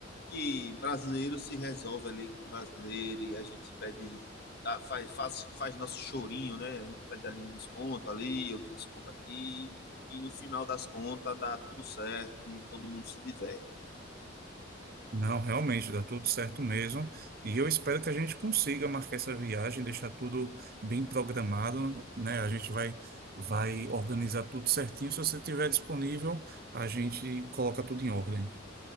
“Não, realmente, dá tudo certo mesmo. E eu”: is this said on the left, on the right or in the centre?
Right